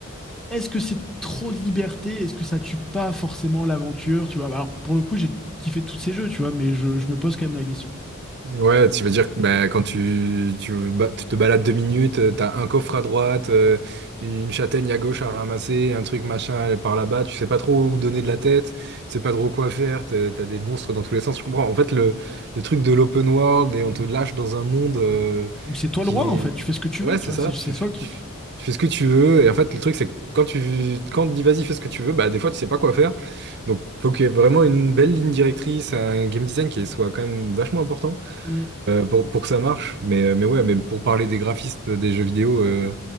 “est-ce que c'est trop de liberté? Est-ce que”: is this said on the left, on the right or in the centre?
Centre